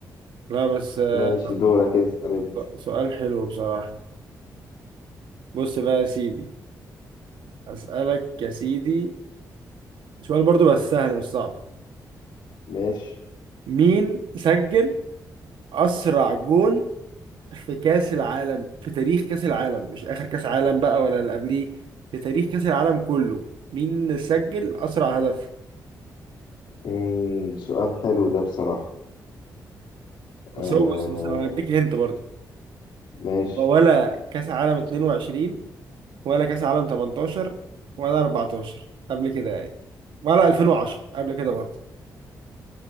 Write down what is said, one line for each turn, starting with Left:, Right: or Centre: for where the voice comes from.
Right: لا بس آه،
Left: ماشي دورك اسأل انت
Right: سؤال حلو بصراحة بص بقى يا سيدي أسألك يا سيدي سؤال برضو بس سهل مش صعب
Left: ماشي
Right: مين سجل أسرع جون في كأس العالم في تاريخ كأس العالم مش آخر كأس عالم بقى ولا اللي قبليه في تاريخ كأس العالم كله مين سجل أسرع هدف
Left: مم. سؤال حلو ده بصراحة آه.
Right: بس هو بص بس هديك هنت برضو
Left: ماشي
Right: ولا كاس عالم 22 ولا كاس عالم 18 ولا 14 قبل كده يعني ولا 2010 قبل كده برضه